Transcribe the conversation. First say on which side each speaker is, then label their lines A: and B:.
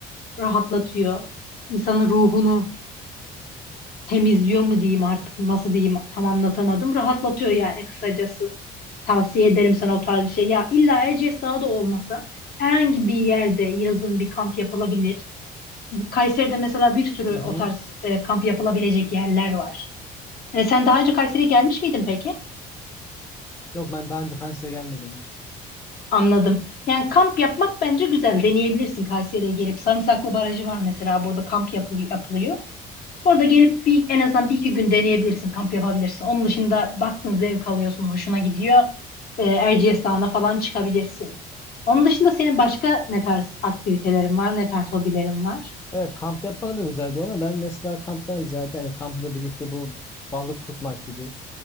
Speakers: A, on the left; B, on the left.
A: rahatlatıyor. İnsanın ruhunu temizliyor mu diyeyim artık nasıl diyeyim tam anlatamadım. Rahatlatıyor yani kısacası. Tavsiye ederim sana o tarz bir şey. Ya illa Erciyes Dağı da olmasa herhangi bir yerde yazın bir kamp yapılabilir. Kayseri'de mesela bir sürü
B: Hı hı.
A: o tarz e, kamp yapılabilecek yerler var. E, sen daha önce Kayseri'ye gelmiş miydin peki?
B: Yok ben daha önce Kars'a gelmedim hiç.
A: Anladım. Yani kamp yapmak bence güzel. Deneyebilirsin Kayseri'ye gelip. Sarımsaklı Barajı var mesela burada kamp yapılıyor, yapılıyor. Orada gelip bir en azından bir iki gün deneyebilirsin, kamp yapabilirsin. Onun dışında baktın zevk alıyorsun, hoşuna gidiyor. E, Erciyes Dağı'na falan çıkabilirsin. Onun dışında senin başka ne tarz aktivitelerin var, ne tarz hobilerin var?
B: Evet kamp yapmak da güzel bir ama ben mesela kamptan ziyade hani kampla birlikte bu balık tutmak gibi